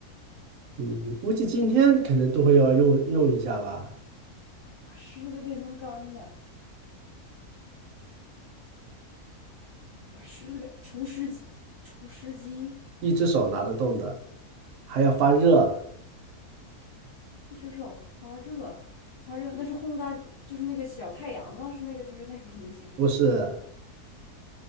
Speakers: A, on the right; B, on the left.
A: 你你估计今天可能都会要用用一下吧，
B: 把湿的变成干的，把湿的变除湿机，除湿机。
A: 一只手拿得动的，还要发热，
B: 一只手发热，发热，那是烘干，就是那个小太阳吗？是那个，就是那个东西。
A: 不是